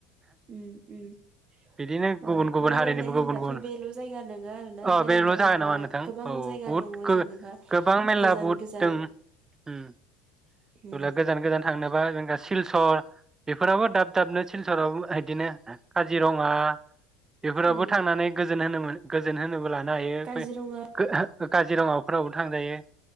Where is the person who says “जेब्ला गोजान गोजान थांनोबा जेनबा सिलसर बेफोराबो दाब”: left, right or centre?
Right